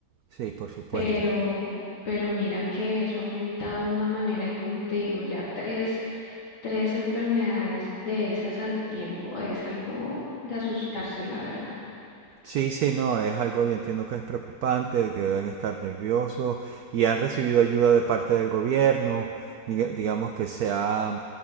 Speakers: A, on the right; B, on the left.
A: sí, por supuesto.
B: pero, pero mira que eso ha aumentado de una manera y como te digo, ya tres, tres enfermedades de esas al tiempo es algo de asustarse, la verdad.
A: Sí, sí, no, es algo, yo entiendo que es preocupante, que deben estar nerviosos y han recibido ayuda de parte del gobierno, diga- digamos que se ha